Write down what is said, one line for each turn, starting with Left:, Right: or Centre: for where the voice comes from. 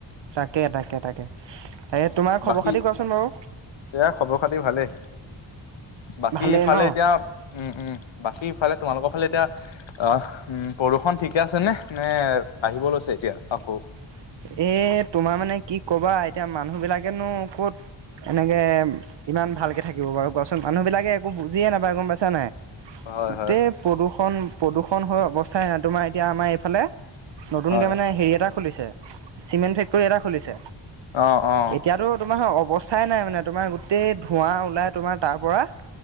Right: তাকে, তাকে, তাকে। তাকে তোমাৰ খবৰ
Left: বাকী
Right: খাতি কোৱাচোন বাৰু
Left: এয়া খবৰ খাতি ভালেই। বাকী
Right: ভালেই
Left: ইফালে
Right: ন
Left: এতিয়া উম, উম বাকী ইফালে তোমালোকৰ ফালে এতিয়া আহ উ প্ৰদূষণ ঠিকে আছে নে, নে আহিব লৈছে এতিয়া আকৌ।
Right: এ, তোমাৰ মানে কি কবা এতিয়া মানুহ বিলাকেনো ক'ত সেনেকে ইমান ভালকে থাকিব বাৰু কোৱাছোন মানুহবিলাকে একো বুজিয়ে নাপায় গম পাইছা নাই
Left: হয়
Right: গোটেই
Left: হয়
Right: প্ৰদূষণ প্ৰদূষণ হৈ অৱস্থাই নাই তোমাৰ এতিয়া আমাৰ এইফালে নতুনকে
Left: হয়
Right: মানে হেৰি এটা খুলিছে চিমেণ্ট ফেক্টৰী এটা খুলিছে
Left: অ অ
Right: এতিয়াতো তোমাৰ অ অৱস্থাই নাই মানে তোমাৰ গোটেই ধোঁৱা ওলাই তোমাৰ তাৰ পৰা